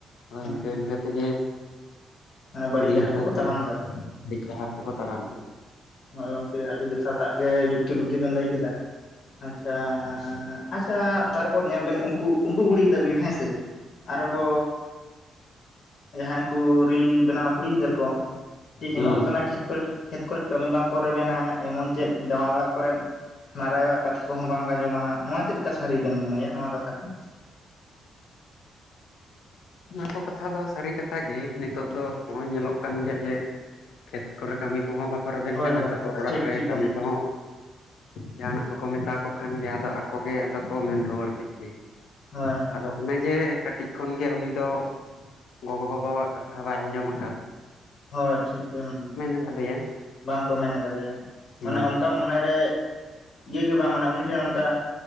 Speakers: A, on the left (about 45°); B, on the left (about 75°).
A: ᱦᱳᱭ
B: ᱤᱱᱠᱟᱹ ᱤᱱᱠᱟᱹ ᱛᱮᱜᱮ
A: ᱢᱟᱱᱮ ᱵᱟᱹᱲᱤᱡ
B: ᱫᱤᱱ
A: ᱰᱟᱦᱟᱨ
B: ᱨᱮ
A: ᱛᱮᱠᱚ
B: <inaudible>
A: ᱛᱟᱲᱟᱢ ᱫᱟ
B: ᱰᱟᱦᱟᱨ ᱛᱮᱠᱚ ᱛᱟᱲᱟᱢ ᱤᱫᱤᱭ
A: ᱦᱮ ᱜᱚᱝᱠᱮ ᱟᱹᱰᱤ ᱡᱚᱛᱷᱟᱛᱟᱜ ᱜᱮ ᱡᱩᱠᱛᱤ ᱵᱩᱫᱽᱫᱷᱤ ᱵᱮᱱ ᱞᱟᱹᱭ ᱠᱮᱫᱟ ᱾ ᱟᱪᱪᱷᱟ ᱟᱪᱪᱷᱟ ᱛᱟᱨᱯᱚᱨ ᱧᱮᱞ ᱵᱮᱱ ᱾ ᱩᱱᱠᱩ-ᱩᱱᱠᱩ ᱠᱩᱲᱤ ᱜᱤᱫᱤᱫᱟᱹᱨ ᱜᱮ ᱦᱮᱸᱥᱮ ᱟᱨᱦᱚ ᱠᱚ ᱡᱟᱦᱟᱸᱭ ᱩᱝᱠᱩ ᱨᱤᱞ ᱵᱮᱱᱟᱣ ᱠᱩᱲᱤ ᱜᱤᱫᱟᱹᱨ ᱠᱚ ᱪᱮ ᱡᱮᱱᱚᱜᱚᱜ
B: ᱦᱩᱸ
A: ᱠᱟᱱᱟ ᱠᱷᱮᱛ ᱠᱚᱨᱮᱫ ᱠᱷᱮᱛ ᱠᱚᱨᱮᱫ ᱠᱟᱹᱢᱤ ᱵᱟᱝ ᱠᱚ ᱨᱮᱵᱮᱱᱟ ᱮᱢᱚᱱ ᱪᱮᱫ ᱡᱟᱶᱟᱭ ᱚᱲᱟᱜ ᱠᱚᱨᱮᱫ ᱦᱟᱱᱟᱨ ᱟᱭᱳᱼᱟᱜ ᱠᱟᱛᱷᱟ ᱠᱚᱦᱚᱸ ᱵᱟᱝ ᱠᱟᱸᱡᱚᱢᱟ ᱱᱚᱣᱟ ᱪᱮᱫ ᱞᱮᱠᱟ ᱥᱟᱹᱨᱤ ᱵᱮᱱ ᱢᱚᱱᱮᱭᱟ ᱱᱚᱣᱟ ᱠᱟᱛᱷᱟ ᱠᱚ?
B: ᱱᱚᱣᱟ ᱠᱚ ᱠᱟᱛᱷᱟ ᱫᱚ ᱥᱟᱹᱨᱤ ᱠᱟᱛᱷᱟ ᱜᱮ ᱱᱤᱛᱚᱜ ᱫᱚ ᱦᱚᱜᱼᱚᱭ ᱧᱮᱞᱚᱜ ᱠᱟᱱ ᱜᱮᱭᱟ ᱡᱮ ᱠᱷᱮᱛ ᱠᱚᱨᱮ ᱠᱟᱹᱢᱤ ᱠᱚᱦᱚᱸ ᱵᱟᱠᱚ ᱨᱮᱵᱮᱱ
A: ᱦᱳᱭ
B: ᱠᱟᱱᱟ
A: ᱦᱳᱭ
B: ᱛᱟᱯᱚᱨ ᱚᱲᱟᱜ
A: ᱴᱷᱤᱠ
B: ᱨᱮ
A: ᱴᱷᱤᱠ
B: ᱠᱟᱹᱢᱤ
A: ᱜᱚᱢᱠᱮ
B: ᱠᱚᱦᱚᱸ ᱡᱟᱦᱟᱱᱟᱜ ᱠᱚᱠᱚ ᱢᱮᱛᱟ ᱠᱚ ᱠᱷᱟᱱ ᱜᱮ ᱟᱫᱚ ᱟᱠᱚ ᱜᱮ ᱟᱫᱚ ᱠᱚ ᱢᱮᱱ ᱨᱩᱣᱟᱹᱲ ᱠᱮᱫ ᱜᱮ ᱾
A: ᱦᱳᱭ ᱦᱳᱭ
B: ᱟᱫᱚ
A: ᱴᱷᱤᱠ
B: ᱚᱱᱮ ᱡᱮ ᱠᱟᱹᱴᱤᱡ ᱠᱷᱚᱱᱜᱮ ᱩᱱᱤ ᱛᱚ ᱜᱚ-ᱜᱚ ᱵᱟᱵᱟᱣᱟᱜ ᱠᱟᱛᱷᱟ ᱵᱟᱭ ᱟᱸᱡᱚᱢ ᱟᱠᱟᱫ ᱾
A: ᱦᱳᱭ ᱴᱷᱤᱠ ᱜᱮᱭᱟ
B: ᱟᱠᱟᱫᱮᱭᱟ
A: ᱜᱚᱢᱠᱮ ᱵᱟᱝᱠᱚ ᱢᱮᱱ ᱠᱟᱫᱮᱭᱟ
B: ᱦᱩᱸ
A: ᱢᱟᱱᱮ ᱚᱱᱠᱟ ᱢᱚᱱᱮᱨᱮ ᱤᱭ ᱜᱮ ᱵᱟᱝ ᱢᱟᱱᱮ ᱩᱱᱤ ᱴᱷᱮᱱ ᱚᱱᱠᱟ